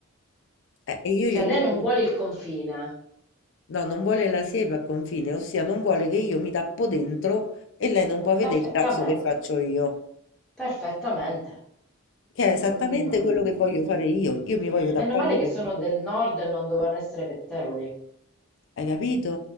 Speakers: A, on the left; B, in the centre.
A: Eh, e io
B: Cioè,
A: gli ho
B: lei
A: detto...
B: non vuole il confine.
A: No, non vuole la siepe a confine, ossia non vuole che io mi tappo dentro e lei non può vedere
B: Perfettamente,
A: il cazzo che faccio io,
B: perfettamente.
A: che è esattamente
B: Mm.
A: quello che voglio fare io. Io mi voglio tappare
B: Meno male che
A: dentro,
B: sono del nord e non dovevano essere pettegoli.
A: hai capito?